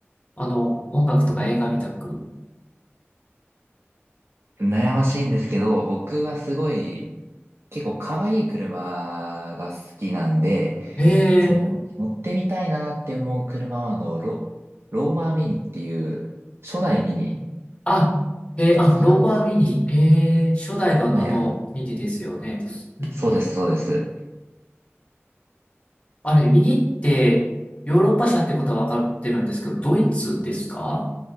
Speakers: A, on the left (about 25°); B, on the right (about 65°).
A: あの、音楽とか映画みたく。
B: ほん悩ましいんですけど、僕はすごい、結構可愛い車が好きなんで、
A: ええ
B: その、乗ってみたいなって思う車は、あの、ロ、ローバーミニっていう、初代ミニ
A: あ、えー、
B: が好きなんですよ。
A: あ、ローバーミニ。ええ初代のあの、
B: はい、あ
A: ミニですよね。うん
B: そうです、そうです。
A: あれ、ミニって、ヨーロッパ車ってことは分かってるんですけど、ドイツですか